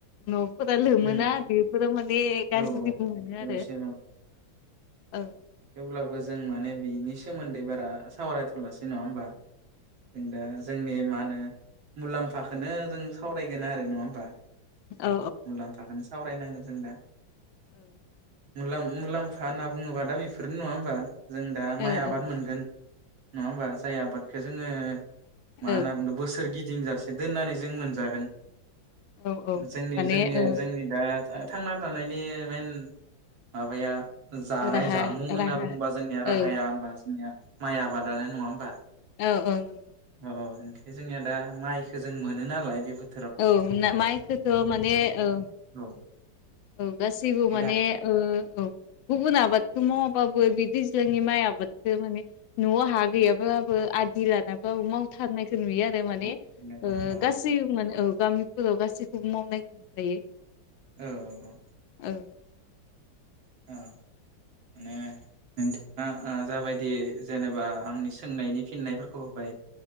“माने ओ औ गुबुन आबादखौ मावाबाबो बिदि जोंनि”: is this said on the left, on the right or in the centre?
Left